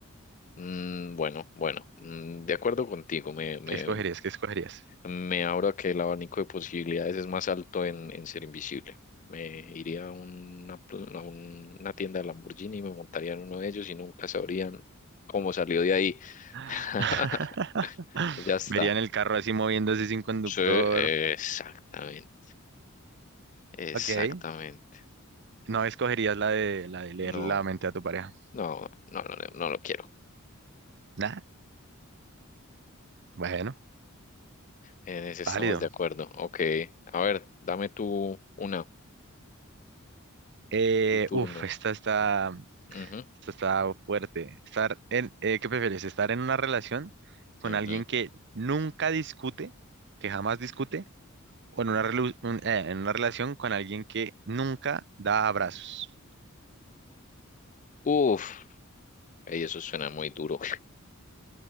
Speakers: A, on the left (about 35°); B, on the right (about 55°).
A: Mm, bueno, bueno, mm, de acuerdo contigo, me, me,
B: ¿Qué escogerías? ¿Qué escogerías?
A: me abro a que el abanico de posibilidades es más alto en, en ser invisible. Me iría a una, pl- a un- una tienda de Lamborghini y me montaría en uno de ellos y nunca sabrían cómo salió de ahí.
B: <laughs>
A: <laughs> Ya está.
B: Verían el carro así moviéndose sin conductor.
A: Sí, exactamente, exactamente.
B: Ok. No escogerías la de, la de leer
A: No,
B: la mente a tu pareja.
A: no, no, no, no no lo quiero.
B: Nah, bueno,
A: En ese estamos
B: válido.
A: de acuerdo. Ok, a ver, dame tú una.
B: Eh,
A: Tu turno.
B: uf, esta está,
A: Ujú,
B: esta está fuerte. Estar en, eh, ¿qué prefieres? ¿Estar en una relación con
A: ujú.
B: alguien que nunca discute, que jamás discute, o en una, relu- un- eh, en una relación con alguien que nunca da abrazos?
A: Uf, ey, eso suena muy duro.